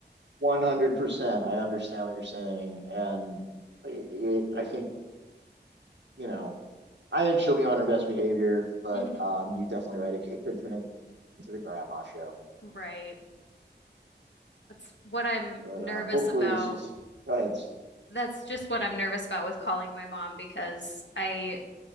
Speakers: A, on the right; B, on the left.
A: 100%. I understand what you're saying. And it, it, I think, you know, I think she'll be on her best behavior, but
B: Mhm.
A: um, you're definitely right. It, it could turn into the grandma show.
B: Right. That's what I'm
A: But
B: nervous
A: um, hopefully,
B: about
A: this is, go ahead.
B: that's just what I'm nervous about with calling my mom because I